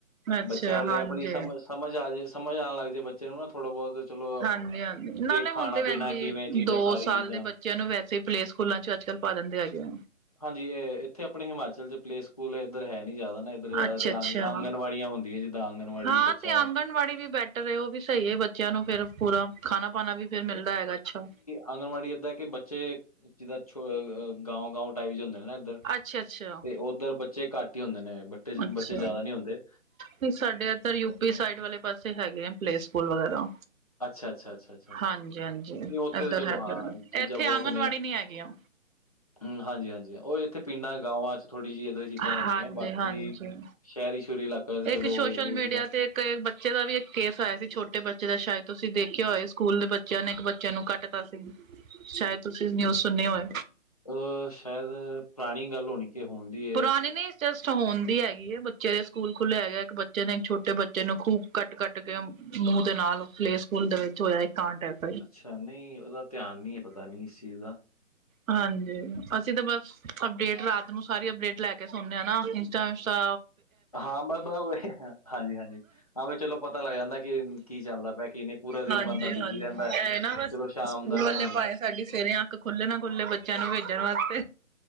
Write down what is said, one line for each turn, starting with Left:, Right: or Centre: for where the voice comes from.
Right: ਅੱਛਾ
Left: ਬੱਚਿਆਂ
Right: ਹਾਂਜੀ
Left: ਆਪਣੀ ਸਮਝ ਸਮਝ ਆ ਜਾੇ ਸਮਝ ਆਉਣ ਲੱਗ ਜਾੇ ਬੱਚੇ ਨੂੰ ਨਾ ਥੋੜਾ ਬਹੁਤ ਚਲੋ
Right: ਹਾਂਜੀ ਹਾਂਜੀ, ਨਾਲੇ
Left: ਕਿ ਖਾਣਾ
Right: ਹੁਣ ਤੇ ਵੈਣ
Left: ਪੀਣਾ
Right: ਜੀ
Left: ਕਿਵੇਂ ਚੀਜ਼ਾਂ
Right: ਦੋ
Left: ਸਾਰੀ
Right: ਸਾਲ
Left: ਚੀਜ਼ਾਂ
Right: ਦੇ ਬੱਚਿਆਂ ਨੂੰ ਵੈਸੇ ਈ ਪਲੇਅ ਸਕੂਲਾਂ ਚ ਅੱਜ-ਕੱਲ ਪਾ ਦਿੰਦੇ ਆ ਗਏ।
Left: ਹਾਂਜੀ, ਏਹ ਇੱਥੇ ਅਪਣੇ ਹਿਮਾਚਲ ਚ ਪਲੇ ਸਕੂਲ ਏਧਰ ਹੈ ਨੀ ਜੈਦਾ ਨਾ। ਇੱਧਰ ਜ਼ਿਆਦਾਤਰ
Right: ਅੱਛਾ-ਅੱਛਾ
Left: ਆਂਗ ਆਂਗਣਵਾੜੀਆਂ ਹੁੰਦੀ ਹੈ ਜਿੱਦਾਂ ਆਂਗਣਵਾੜੀ
Right: ਹਾਂ
Left: ਬੱਚਾ
Right: ਤੇ' ਆਂਗਣਵਾੜੀ ਵੀ ਬੈਟਰ ਉਹ ਵੀ ਸਹੀ ਹੈ। ਬੱਚਿਆਂ ਨੂੰ ਫੇਰ ਪੂਰਾ ਖਾਣਾ ਪਾਣਾ ਵੀ ਫੇਰ ਮਿਲਦਾ ਹੈਗਾ ਅੱਛਾ
Left: ਆਂਗਨਵਾੜੀ ਏਦਾਂ ਕਿ ਬੱਚੇ ਜਿੱਦਾਂ ਛ' ਅਹ ਗਾਂ ਗਾਉਂ ਟਾਈਪ ਜ ਹੁੰਦੇ ਨੇ ਨਾ
Right: ਅੱਛਾ ਅੱਛਾ
Left: ਤੇ ਉੱਧਰ ਬੱਚੇ ਘੱਟ ਹੀ ਹੁੰਦੇ ਨੇ।
Right: ਅੱਛਾ
Left: ਬੱਚੇ ਜ਼ਿਆਦਾ ਨਹੀਂ ਹੁੰਦੇ
Right: ਤੇ' ਸਾਡੇ ਇੱਧਰ ਯੂਪੀ ਸਾਈਡ ਵਾਲੇ ਪਾਸੇ ਹੈਗੇ ਨੇ ਪਲੇ ਸਕੂਲ ਵਗੈਰਾ
Left: ਅੱਛਾ-ਅੱਛਾ-ਅੱਛਾ-ਅੱਛਾ-ਅੱਛਾ
Right: ਹਾਂਜੀ
Left: ਨਹੀਂ
Right: ਹਾਂਜੀ
Left: ਉੱਥੇ
Right: ਇੱਧਰ
Left: ਤਾਂ ਚਲੋ
Right: ਹੈਗੇ
Left: ਹਾਂ ਚੀਜ਼ਾਂ
Right: ਇੱਥੇ
Left: ਬਹੁਤ
Right: ਆਂਗਣਵਾੜੀ
Left: ਨੇ
Right: ਨੀ ਹੈਗੀਆਂ
Left: ਹਮ ਹਾਂਜੀ-ਹਾਂਜੀ ਉਹ ਇੱਥੇ ਪਿੰਡਾਂ ਗਾਵਾਂ ਚ' ਥੋੜ੍ਹੀ ਜਿਹੀ ਇੱਦਾਂ ਦੀ ਚੀਜ਼ਾਂ
Right: ਹਾਂਜੀ-ਹਾਂਜੀ।
Left: ਹੁੰਦੀਆਂ ਬਾਕੀ ਸ਼ਹਿਰੀ ਛੂਰੀ ਇਲਾਕਾ ਤੇ' ਚਲੋ
Right: ਇੱਕ ਸੋਸ਼ਲ
Left: ਇਹ
Right: ਮੀਡੀਆ
Left: ਚੀਜ਼ਾਂ
Right: ਤੇ ਇੱਕ ਬੱਚੇ ਦਾ ਵੀ ਇੱਕ ਕੇਸ ਆਇਆ ਸੀ ਛੋਟੇ ਬੱਚੇ ਦਾ ਸ਼ਾਇਦ ਤੁਸੀਂ ਦੇਖਿਆ ਹੋਏ ਸਕੂਲ ਦੇ ਬੱਚਿਆਂ ਨੇ ਇੱਕ ਬੱਚੇ ਨੂੰ ਕੱਟ <unintelligible> ਸੀ ਸ਼ਾਇਦ ਤੁਸੀਂ ਨਿਊਜ਼ ਸੁਣੀ ਹੋਏ
Left: ਅ' ਸ਼ਾਇਦ ਪੁਰਾਣੀ ਗੱਲ ਹੋਣੀ ਹੁੰਦੀ ਹੈ।
Right: ਪੁਰਾਣੇ ਨੇ ਹੋਣ ਦੀ ਹੈਗੀ ਹੈਏ ਬੱਚੇ ਦੇ ਸਕੂਲ ਖੁੱਲ੍ਹੇ ਹੈਗੇ ਇੱਕ ਬੱਚੇ ਨੇ ਇੱਕ ਛੋਟੇ ਬੱਚੇ ਨੂੰ ਖੂਬ ਕੱਟ ਕੱਟ ੱਕੇ ਮੂੰਹ ਦੇ ਨਾਲ ਪਲੇ ਸਕੂਲ ਦੇ ਵਿੱਚ ਹੋਇਆ ਕਾਂਡਕ
Left: ਅੱਛਾ ਨਹੀਂ ਉਹਦਾ ਧਿਆਨ ਨੀ ਪਤਾ ਨੀ ਇਸ ਚੀਜ਼ ਦਾ
Right: ਹਾਂਜੀ ਅਸੀਂ ਤਾਂ ਬਸ ਅਪਡੇਟ ਰਾਤ ਨੂੰ ਸਾਰੀ ਅਪਡੇਟ ਲੈ ਕੇ ਸੁਣਦੇ ਆ ਨਾ ਇੰਸਟਾਸਟਾ
Left: ਹਾਂ ਬ' ਹਾਂਜੀ-ਹਾਂਜੀ ਹਾਂ ਵੀ ਚਲੋ ਪਤਾ ਲੱਗ ਜਾਂਦਾ ਕਿ ਕੀ ਚੱਲਦਾ ਪਿਆ ਕਿਨੇ ਪੂਰਾ ਦਿਨ
Right: ਹਾਂਜੀ-ਹਾਂਜੀ
Left: ਬੰਦਾ ਬਿਜੀੀ ਰਹਿੰਦਾ ਤੇ
Right: ਇਹ ਨਾ ਬਸ
Left: ਚਲੋ ਸ਼ਾਮ
Right: ਸਕੂਲ
Left: ਦਾ ਟਾਈਮ
Right: ਵਾਲੇ
Left: ਹਉਂਦਾ।
Right: ਭਾਵੇਂ ਸਾਡੀ ਸਵੇਰੇ ਅੱਖ ਖੁੱਲ੍ਹੇ ਨਾ ਖੁੱਲ੍ਹੇ ਬੱਚਿਆਂ ਨੂੰ ਭੇਜਣ ਵਾਸਤੇ।